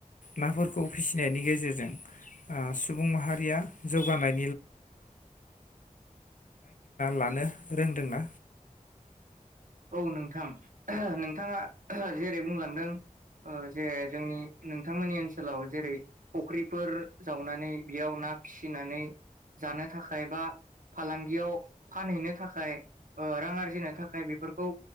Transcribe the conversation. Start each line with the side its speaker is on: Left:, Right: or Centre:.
Left: नाफोरखौ फिसिनायनि गेजेरजों सुबुं माहारिया जौगानाय। <inaudible> ना लानो रोंदोंना?
Right: औ नोंथां नोंथाङा जेरै बुंलांदों जे जोंनि नोंथांमोननि ओनसोलाव जेरै फुख्रिफोर जावनानै बेयाव ना फिसिनानै जानो थाखाय बा फालांगियाव फानहैनो थाखाय। रां आरजिनो थाखाय बेफोरखौ,